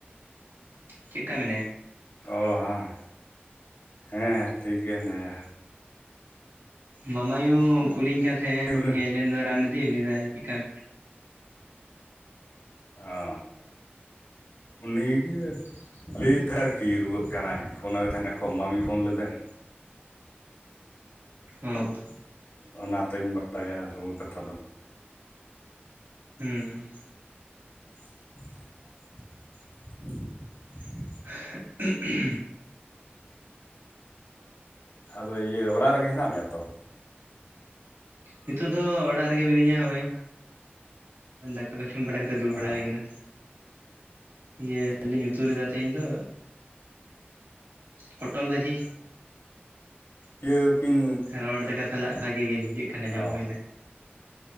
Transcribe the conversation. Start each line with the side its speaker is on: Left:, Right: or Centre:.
Right: ᱪᱮᱫᱠᱟ ᱢᱮᱱᱟᱭᱟ?
Left: ᱚ ᱦᱮᱸ ᱦᱮᱸ ᱴᱷᱤᱠ ᱜᱮ ᱦᱮᱱᱟᱭᱟ
Right: ᱢᱟᱢᱟᱭᱩ ᱠᱩᱞᱤᱧ ᱠᱟᱱ ᱛᱟᱦᱮᱸᱫ-ᱟᱭ
Left: ᱩᱱᱤ
Right: ᱦᱮᱡ ᱞᱮᱱ ᱫᱚᱭ ᱨᱟᱱ ᱤᱫᱤ ᱞᱟᱹᱭ ᱮᱫᱟᱭ ᱪᱮᱫ ᱞᱮᱠᱟ ᱢᱮᱱᱟᱭᱟ
Left: ᱚ ᱩᱱᱤᱜᱮ ᱞᱟᱹᱭ ᱮᱫ ᱛᱟᱦᱮᱸ ᱟᱨᱠᱤ ᱨᱩᱣᱟᱹᱜ ᱠᱟᱱᱟᱭ ᱯᱷᱳᱱᱟᱫᱮ ᱛᱟᱦᱮᱱᱟᱠᱚ ᱢᱟᱢᱤ ᱯᱷᱳᱱ ᱞᱮᱫᱟᱭ
Right: ᱦᱚᱸ
Left: ᱚᱱᱟᱛᱮᱧ ᱵᱟᱰᱟᱭᱟ ᱨᱩᱣᱟᱹ ᱠᱟᱛᱷᱟ ᱫᱚ
Right: ᱦᱩᱸ
Left: <inaudible>
Right: <unintelligible>
Left: ᱟᱨ ᱤᱭᱟᱹ ᱚᱲᱟᱜ ᱨᱮᱜᱮ ᱦᱮᱱᱟᱜ ᱢᱮᱭᱟ ᱛᱚ
Right: ᱱᱤᱛᱚᱜ ᱫᱚ ᱚᱲᱟᱜ ᱨᱮᱜᱮ ᱢᱤᱱᱟᱹᱧᱟ ᱦᱚᱜᱼᱚᱭ ᱫᱟᱠᱟ ᱠᱚ ᱡᱚᱢ ᱵᱟᱲᱟ ᱠᱟᱛᱮ ᱫᱩᱲᱩᱵ ᱵᱟᱲᱟ
Left: ᱚ
Right: ᱦᱩᱭ ᱠᱟᱱᱟ ᱤᱭᱟᱹ ᱞᱤᱧ ᱩᱛᱩ ᱞᱮᱫᱟ ᱛᱟᱦᱮᱸᱧ ᱫᱚ ᱯᱚᱴᱚᱞ ᱵᱷᱟᱹᱡᱤ
Left: ᱤᱭᱟᱹ ᱠᱤᱱ
Right: ᱨᱚᱦᱚᱲ ᱫᱟᱠᱟ ᱥᱟᱞᱟᱜ ᱵᱷᱟᱜᱮ ᱜᱮ ᱵᱩᱡᱷᱟᱹᱜ ᱠᱟᱱᱟ ᱡᱚᱢ
Left: ᱚ
Right: ᱦᱩᱭ ᱮᱱᱟ